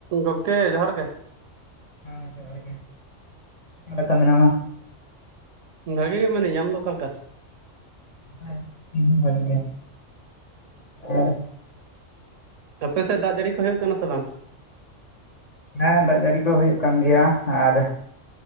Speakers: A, on the right; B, on the left.
A: ᱜᱚᱝᱠᱮ ᱡᱚᱦᱟᱨ ᱜᱮ᱾
B: ᱦᱮᱸ ᱡᱚᱦᱟᱨ ᱜᱮ, ᱠᱟ ᱞᱮᱠᱟ ᱢᱮᱱᱟᱢᱟ?
A: ᱵᱷᱟᱹᱜᱤ ᱜᱮ ᱢᱮᱱᱟᱹᱧᱟ, ᱟᱢ ᱫᱚ ᱚᱠᱟ ᱞᱮᱠᱟ?
B: ᱦᱚᱭ ᱤᱧ ᱦᱚᱸ ᱵᱷᱟᱹᱜᱤ ᱜᱮ ᱟᱨᱼᱼ
A: ᱟᱯᱮ ᱥᱮᱜ ᱫᱟᱜ ᱡᱟᱹᱲᱤ ᱠᱚ ᱦᱩᱭᱩᱜ ᱠᱟᱱᱟ ᱥᱮ ᱵᱟᱝ?
B: ᱦᱮᱸ ᱫᱟᱜ ᱡᱟᱹᱲᱤ ᱠᱚ ᱦᱩᱭᱩᱜ ᱠᱟᱱ ᱜᱮᱭᱟ ᱟᱨᱼᱼ